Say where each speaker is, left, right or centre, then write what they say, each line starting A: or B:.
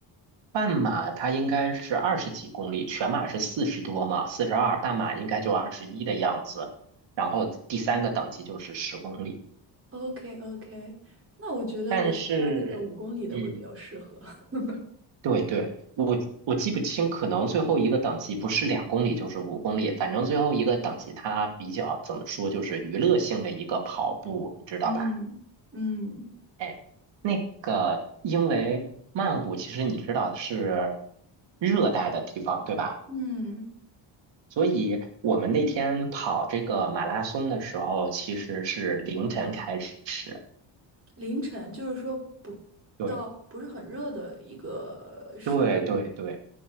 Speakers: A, on the right; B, on the right.
A: 半马它应该是二十几公里，全马是四十多嘛，四十二，半马应该就二十一的样子。然后第三个等级就是十公里，
B: ？OK OK OK，那我觉得我参加那个五公里的会比较适合。
A: 但是，嗯，
B: <laughs>
A: 对对，我我记不清，可能最后一个等级不是两公里就是五公里，反正最后一个等级它比较怎么说，就是娱乐性的一个跑步，你知道吧？
B: 嗯嗯
A: 哎，那个因为曼谷其实你知道是热带的地方，对吧？
B: 嗯，
A: 所以我们那天跑这个马拉松的时候，其实是凌晨开始。
B: 凌晨就是说不到不是很热的一个时。
A: 对，对，对，对，